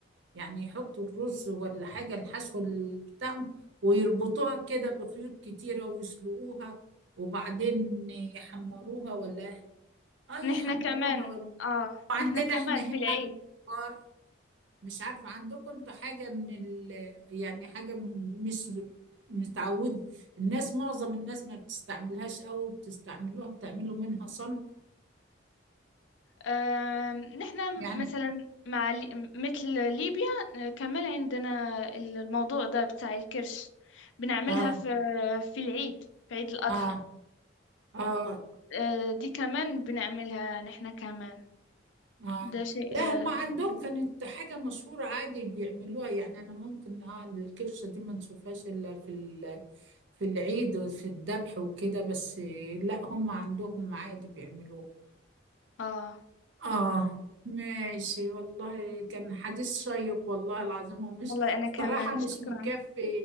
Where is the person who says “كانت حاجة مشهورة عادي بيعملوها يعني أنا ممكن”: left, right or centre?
Right